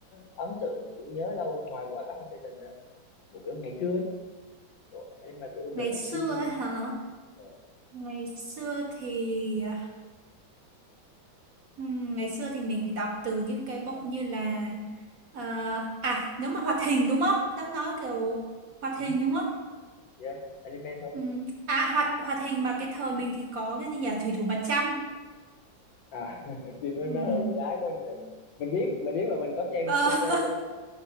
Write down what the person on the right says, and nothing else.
ngày
xưa
ấy hả
Ngày xưa thì à, ừm, ngày xưa thì mình đọc từ những cái bộ như là ờ, à nếu mà hoạt hình đúng không? Đang nói kiểu hoạt
hình đúng không?
Ừm, À hoạt hoạt hình mà cái thời mình thì có cái gì nhỉ? Thủy thủ mặt trăng.
Ừm,
Ờ,
<laughs>